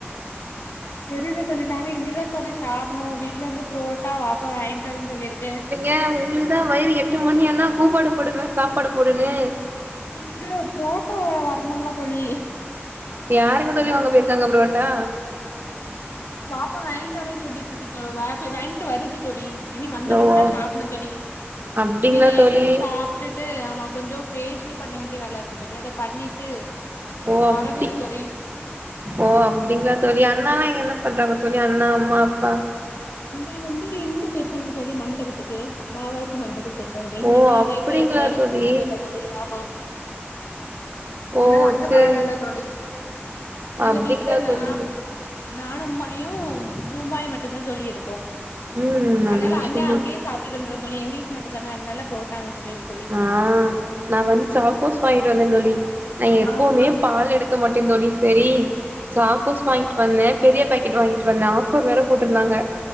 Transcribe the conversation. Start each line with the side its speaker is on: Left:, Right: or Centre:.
Left: தெரில தோழி நாங்க இனிதா தோழி சாப்னோ வீட்ல இருந்து புரோட்டா வாப்பா வாங்கிட்டு வரேன்னு சொல்லிருக்கு
Right: ஏ உங்களுக்கு தா வயிறு எட்டு மணி ஆனா கூப்பாடு போடுமே சாப்பாடு போடுன்னு
Left: இல்ல புரோட்டா வரணும்ல தோழி
Right: யாருங்க தோழி
Left: நாங்
Right: வாங்க போயிருக்காங்க புரோட்டா
Left: வாப்பா வாங்கிட்டு வரேன்னு சொல்லிட்டு இருக்கு வாங்கிட்டு வருது தோழி இனி வந்த
Right: ஓ
Left: பிறகுதா சாப்பட்ணு தோழி
Right: அப்டிங்களா
Left: இனி நைட்டு
Right: தோழி
Left: சாப்ட்டுட் ட்டு ஆமா கொஞ்சோ ஃபேஷியல் பண்ண வேண்டிய வேல இருக்கு தோழி அத பண்ணிட்டு
Right: ஓ அப்டி
Left: ஒறங்கணு தோழி
Right: ஓ அப்டிங்களா தோழி அண்ணா இங்க என்ன பண்றாங்க தோழி அண்ணா அம்மா அப்பா
Left: அண்ணேன் வந்து இங்க போயிருக்காங்க தோழி மண்டபத்துக்கு பாவாசி மண்டபத்துக்கு பேரு இன்னைக்கு
Right: ஓ அப்டிங்களா
Left: நைட்டு மைலன்ஞ்சு
Right: தோழி
Left: தோழி ஆமா
Right: ஓ
Left: அதனால அங்க
Right: சேரி
Left: வேல இல்ல தோழி அதனால்ல
Right: அப்டிங்களா
Left: வீட்லே
Right: தோழி
Left: நா நானு உம்மாயு‌ ஊம்மாய் மட்டு தா தோழி இருக்கோ
Right: ம் நல்ல
Left: அதனால
Right: விஷயம்
Left: அண்ண
Right: தோழி
Left: அங்கே சாப் தோழி எங்களுக்கு மட்டு தான அதனால புரோட்டா வாங்க சொல்லிருக்கு தோழி
Right: ஆ நா வந்து சாக்கோஸ் வாங்கிட்டு வந்த தோழி நா எப்பவுமே
Left: ஆ
Right: பால் எடுக்க மாட்டே தோழி செரி சாக்கோஸ்
Left: ஆ
Right: வாங்கி வந்த பெரிய பேக்கட் வாங்கிட்டு வந்த ஆஃபர் வேற போட்டிருந்தாங்க